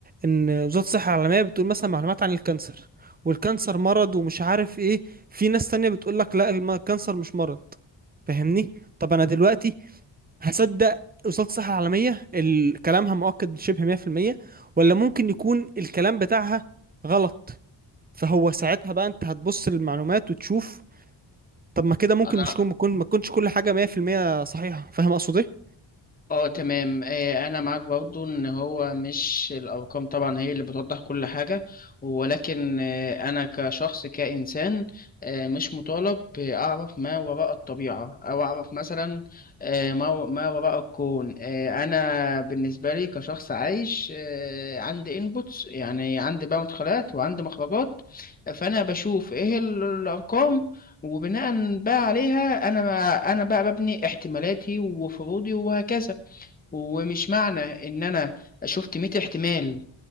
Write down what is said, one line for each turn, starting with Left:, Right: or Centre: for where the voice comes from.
Right: ان وزارة الصحة العالمية بتقول مثلا معلومات عن الكانسر والكانسر مرض ومش عارف ايه في ناس تانية بتقول لك لا الم- الكانسر مش مرض فاهمني طب انا دلوقتي هصدق وزارة الصحة العالمية ال- كلامها مؤكد شبه 100% ولا ممكن يكون الكلام بتاعها غلط فهو ساعتها بقى انت هتبص للمعلومات وتشوف طب ما كده ممكن
Left: انا
Right: مش كون ما تكون- ما تكونش كل حاجة 100% صحيحة فاهم اقصد ايه
Left: اه تمام آه، انا معاك برضو ان هو مش الارقام طبعا هي اللي بتوضح كل حاجة ولكن آه، انا كشخص كانسان آه، مش مطالب اعرف ما وراء الطبيعة او اعرف مثلا آه، ما ما وراء الكون آه، انا بالنسبة لي كشخص عايش آه، عندي انبوتس يعني عندي بقى مدخلات وعندي مخرجات فانا بشوف ايه ال- الارقام وبناء بقى عليها انا انا بقى ببني احتمالاتي وفروضي وهكذا ومش معنى ان انا شفت 100 احتمال